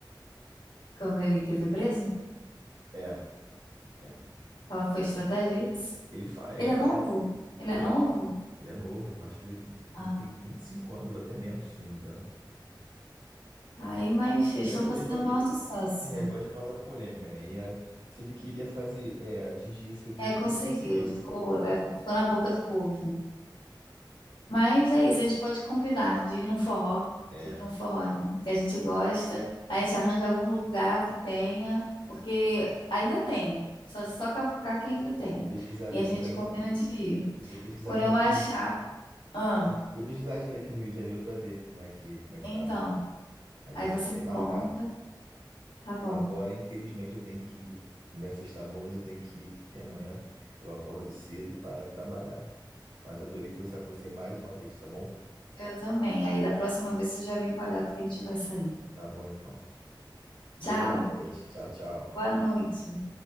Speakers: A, on the left (about 80°); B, on the right (about 70°).
A: Quando ele, que ele foi preso?
B: É, é.
A: Falam que foi estratégia, é isso?
B: Ele faz,
A: Ele
B: ele.
A: é novo?
B: É.
A: Ele
B: Oi?
A: é novo?
B: Ele é novo, acho que ele, ele
A: Ah,
B: tem 25 anos, ou até menos, se eu não me engano.
A: aí, mas eles
B: Ele,
A: estão
B: é, go-
A: fazendo
B: ele, go-
A: o maior sucesso.
B: é,
A: né?
B: ele gosta de causar polêmica, né? E é, se ele queria fazer, é, atingir esse objetivo,
A: É, conseguiu,
B: ele conseguiu.
A: ficou, é, ficou na boca do povo. Mas é isso, a gente pode combinar de ir num forró,
B: É,
A: de ir num forró, não, que a gente
B: bom,
A: gosta, a gente arranja algum lugar que tenha, porque ainda tem, só, só cavucar que ainda tem.
B: vou pesquisar
A: E
B: depois
A: a gente
B: a agenda.
A: combina de ir.
B: Isso, vou pesquisar
A: Quando
B: a agenda
A: eu
B: aqui
A: achar,
B: no,
A: ah,
B: é, vou pesquisar a agenda aqui no Rio de Janeiro para ver como é que, como é que
A: então,
B: tá. A gente
A: aí
B: vai
A: você
B: poder
A: me
B: marcar.
A: conta, tá bom.
B: Agora, infelizmente, eu tenho que ir. A Conversa está boa, mas eu tenho que ir, porque amanhã eu acordo cedo para trabalhar. Mas adorei conversar com você mais uma vez, tá bom?
A: Eu também. Aí da próxima vez você já vem com a data que a gente vai sair.
B: Tá bom, então. Boa
A: Tchau.
B: noite. Tchau, tchau.
A: Boa noite.